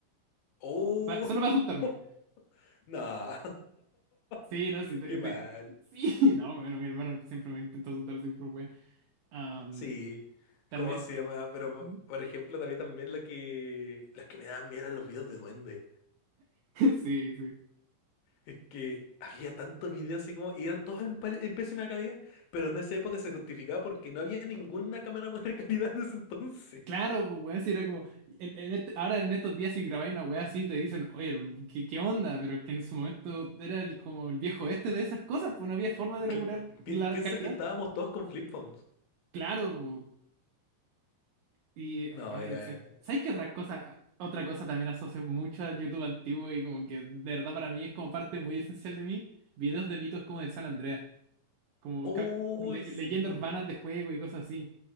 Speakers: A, on the left; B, on the right.
A: Oh,
B: Pa- solo para asustarme.
A: <laughs> no,
B: Sí,
A: <laughs>
B: no, sí, te-
A: qué mal.
B: te- sí, <laughs> no, bueno, mi hermano siempre me intentó asustar, siempre fue. Am,
A: Sí,
B: también.
A: ¿cómo se llama? Pero, por
B: <laughs>
A: por ejemplo, también también la que, las que me daban miedo eran los videos de duende.
B: Sí, sí.
A: Es que había tantos videos así como, y eran todos en, pal- en pésima calidad, pero en esa época se justificaba porque no había ninguna cámara buena calidad en ese entonces.
B: Claro, pues weón, si era como, en- en este- ahora en estos días si grabáis una weá así te dicen, oye, herm- ¿qué, qué onda? Pero es que en su momento era el, como el viejo este de esas cosas, pues no había forma de regular
A: Cla- pi-
B: la
A: piensa
B: calidad.
A: que estábamos todos con flip phones.
B: Claro, pues, y,
A: No,
B: ay,
A: era...
B: en serio. ¿sabes qué otra cosa? Otra cosa también asocio mucho a YouTube antiguo y como que de verdad para mí es como parte muy esencial de mí, videos de mitos como del San Andreas. como
A: Uy,
B: ca- le-
A: sí.
B: leyendas urbanas de juego y cosas así.